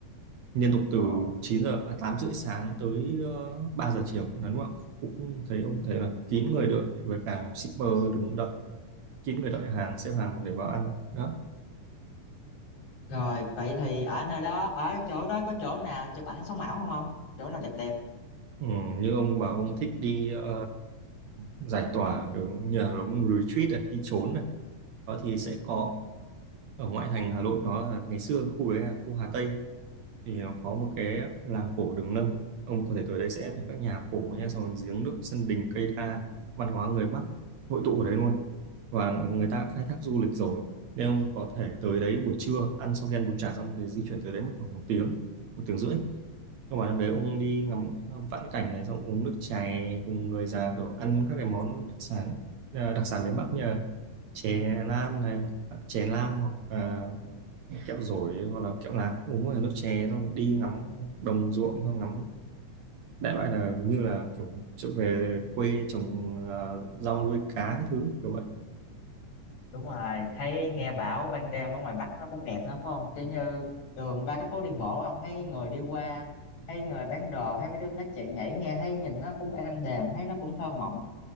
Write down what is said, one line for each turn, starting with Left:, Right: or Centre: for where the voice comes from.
Right: liên tục từ
Left: Ờ.
Right: 9 giờ à, 8 rưỡi sáng tới uh, 3 giờ chiều là đúng không? ạ? Cũng thấy ông thấy là kín người đợi với cả shipper đứng đợi kín người đợi hàng xếp hàng để vào ăn đó
Left: Rồi, vậy thì ở nơi đó, ở chỗ đó có chỗ nào chụp ảnh sống ảo không ông? Chỗ nào đẹp đẹp?
Right: ừ, như ông bảo ông thích đi ờ, giải tỏa kiểu nhờ nó retreat này, đi trốn này đó thì sẽ có ở ngoại thành Hà Nội nó là ngày xưa khu đấy là khu Hà Tây thì nó có một cái làng cổ Đường Lâm ông có thể tới đấy sẽ thấy các nhà cổ nha xong rồi giếng nước sân đình cây đa văn hóa người Bắc hội tụ ở đấy luôn và người ta khai thác du lịch rồi nên ông có thể tới đấy buổi trưa ăn xong khi ăn bún chả xong thì di chuyển tới đấy mất khoảng một tiếng một tiếng rưỡi nhưng mà đấy ông đi ngắm ờ, vãn cảnh này xong uống nước chè cùng người già rồi ăn các cái món đặc sản à, đặc sản miền Bắc như là chè lam này chè lam hoặc à, kẹo dổi hoặc là kẹo lạc uống là nước chè xong đi ngắm đồng ruộng xong ngắm đại loại là như là kiểu trở về quê trồng à, rau nuôi cá các thứ kiểu vậy
Left: đúng rồi thấy nghe bảo ban đêm ở ngoài Bắc nó cũng đẹp nữa phải không kiểu như đường ba cái phố đi bộ ông thấy người đi qua thấy người bán đồ thấy mấy đứa nó chạy nhảy nghe thấy nhìn nó cũng êm đềm thấy nó cũng thơ mộng